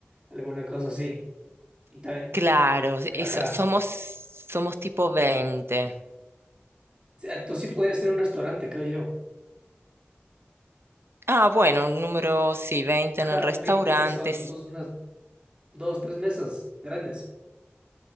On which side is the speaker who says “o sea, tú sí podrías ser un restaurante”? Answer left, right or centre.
Right